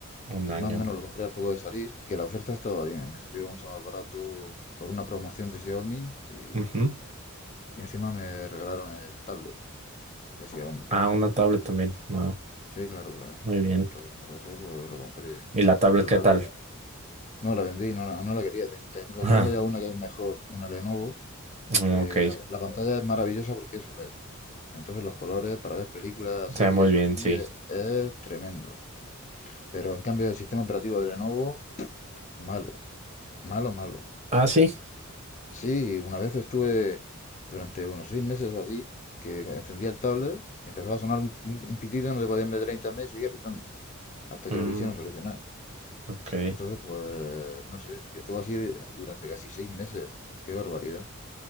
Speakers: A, on the right; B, on the left.
A: Un año.
B: Más o menos lo compré al poco de salir, que la oferta estaba bien, me salió mucho más barato por una promoción de Xiaomi y,
A: Ujú.
B: y encima me regalaron el tablet de Xiaomi.
A: Ah, una tablet también. No.
B: Sí, claro, claro.
A: Muy bien.
B: Entonces por eso pues, lo compré.
A: ¿Y la tablet
B: Y la
A: qué
B: tablet
A: tal?
B: no la vendí, no la, no la quería. Ten- Tengo,
A: Ah,
B: tengo ya una que es mejor, una Lenovo,
A: mm,
B: que
A: ok.
B: la, la pantalla es maravillosa porque es OLED. Entonces los colores para ver películas,
A: Se
B: series
A: ve muy bien,
B: o así
A: sí.
B: es, es tremendo. Pero en cambio el sistema operativo de Lenovo, malo, malo, malo.
A: Ah, sí.
B: Sí, una vez estuve durante unos seis meses o así, que encendía el tablet, empezaba a sonar un, un pitido, no te podías meter a internet y seguía pitando, hasta
A: Mm,
B: que lo quisieron solucionar.
A: ok.
B: Y entonces, pues, no sé, y estuvo así de- durante casi seis meses. Qué barbaridad.